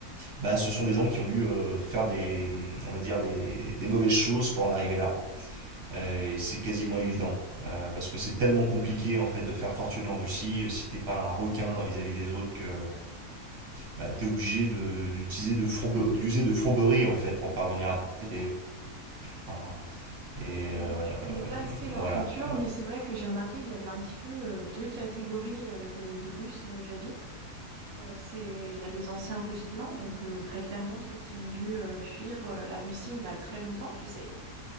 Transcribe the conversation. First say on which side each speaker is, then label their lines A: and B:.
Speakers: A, on the right; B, on the right.
A: bah, ce sont des gens qui ont dû euh, faire des, on va dire, des, des mauvaises choses pour en arriver là euh, et c'est quasiment évident. Euh, parce que c'est tellement compliqué en fait de faire fortune en Russie euh, si t'es pas un requin vis-à-vis des autres que bah, t'es obligé d'utiliser de, d'user de, fourbe, d'user de fourberie en fait pour parvenir à tes fins. Et
B: Et
A: euh,
B: moi, je
A: euh,
B: connais pas assez leur
A: voilà,
B: culture,
A: bon,
B: mais c'est vrai que j'ai remarqué qu'il y avait un petit peu euh, deux catégories euh, de, de Russes là où j'habite. Euh, c'est, il y a les anciens Russes blancs, donc euh, très clairement ceux qui ont dû euh, fuir euh, la Russie il y a très longtemps, tu sais,